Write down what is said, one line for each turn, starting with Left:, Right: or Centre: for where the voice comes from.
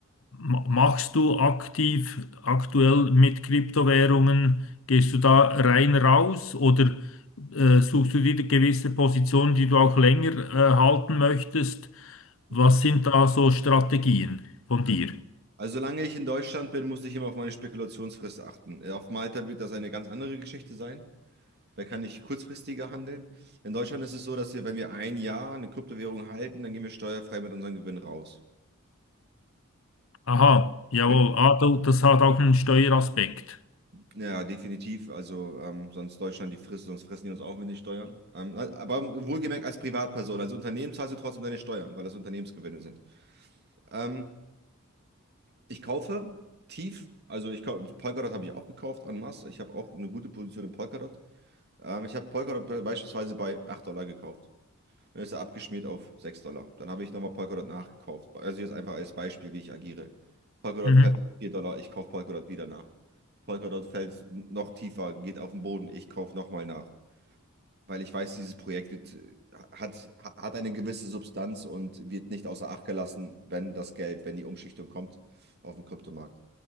Left: Ma- Machst du aktiv aktuell mit Kryptowährungen? Gehst du da rein raus oder äh, suchst du dir gewisse Positionen, die du auch länger äh, halten möchtest?
Right: Mhm.
Left: Was sind da so Strategien von
Right: Ja.
Left: dir?
Right: Also solange ich in Deutschland bin, muss ich immer auf meine Spekulationsfrist achten. Äh, Auf Malta wird das eine ganz andere Geschichte sein. Da kann ich kurzfristiger handeln. In Deutschland ist es so, dass wir, wenn wir ein Jahr eine Kryptowährung halten, dann gehen wir steuerfrei mit unserem Gewinn raus.
Left: Aha, jawohl.
Right: Wenn,
Left: Ah, du, das hat auch einen Steueraspekt.
Right: ja, definitiv. Also ähm, sonst Deutschland die frisst, sonst fressen die uns auf mit den Steuern. Ähm, aber wohlgemerkt als Privatperson, als Unternehmen zahlst du trotzdem deine Steuern, weil das Unternehmensgewinne sind. Ähm, ich kaufe tief, also ich kau- Polkadot habe ich auch gekauft en masse. Ich habe auch eine gute Position in Polkadot. Ähm, ich habe Polkadot be- beispielsweise bei 8 Dollar gekauft. Dann ist er abgeschmiert auf 6 Dollar. Dann habe ich nochmal Polkadot nachgekauft. Also jetzt einfach als Beispiel, wie ich agiere. Polkadot
Left: Mhm.
Right: fällt auf 4 Dollar, ich kaufe Polkadot wieder nach. Polkadot fällt noch tiefer, geht auf den Boden, ich kaufe nochmal nach. Weil ich weiß, dieses Projekt wird, äh, hat, hat eine gewisse Substanz und wird nicht außer Acht gelassen, wenn das Geld, wenn die Umschichtung kommt auf dem Kryptomarkt.